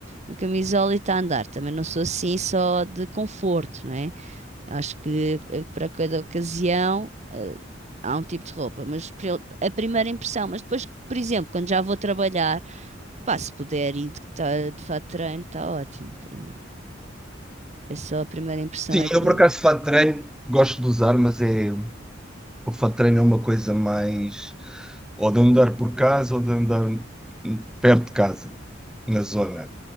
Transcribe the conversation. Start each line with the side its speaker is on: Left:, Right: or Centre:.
Right: uma camisola e está a andar. Também não sou assim só de conforto, não é? Acho que eh, para cada ocasião eh, há um tipo de roupa, mas pri- a primeira impressão, mas depois, por exemplo, quando já vou trabalhar, pá, se puder ir de, tá, de fato de treino, está ótimo para mim. É só a primeira impressão
Centre: Sim,
Right: é que
Centre: eu por
Right: eu...
Centre: acaso fato de treino gosto de usar, mas é O fat treino é uma coisa mais ou de andar por casa ou de andar perto de casa, na zona.